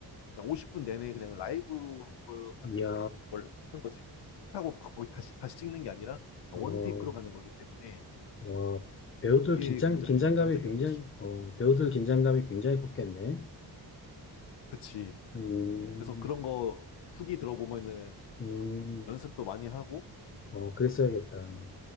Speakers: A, on the left; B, on the left.
A: 그냥 50분 내내 그냥 라이브로 하는 걸 같은
B: 이야,
A: 걸 하는 거지. 하고 거의 다시 다시 찍는 게 아니라 원테이크로
B: 어,
A: 가는 거기 때문에
B: 어, 배우들
A: 그게
B: 긴장,
A: 굉장히
B: 긴장감이
A: 인상적이었지.
B: 굉장히, 어, 배우들 긴장감이 굉장히 컸겠네.
A: 그치.
B: 음,
A: 그래서 그런 거 후기 들어보면은
B: 음,
A: 연습도 많이 하고
B: 어, 그랬어야겠다.